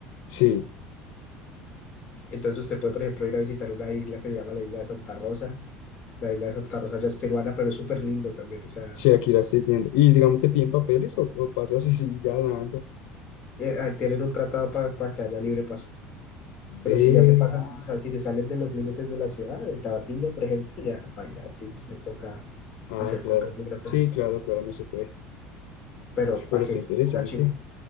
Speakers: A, on the left; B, on the left.
A: sí,
B: Entonces usted puede, por ejemplo, ir a visitar una isla que se llama la isla de Santa Rosa. La isla de Santa Rosa ya es peruana, pero es súper lindo también. O sea,
A: sí, aquí la estoy viendo. Y digamos, ¿te piden papeles o, o pasas y <laughs> sigues ya nadando?
B: eh, ah, tienen un tratado para que haya libre paso. Pero
A: Ve.
B: si ya se pasan, o sea, si se salen de los límites de la ciudad, de Tabatinga, por ejemplo, ya, paila, sí, les toca
A: Ah,
B: hacer
A: claro.
B: control migratorio.
A: Sí, claro, claro, no se puede.
B: Pero,
A: Ush,
B: ¿para
A: Pero
B: qué?
A: está interesante.
B: Una chi-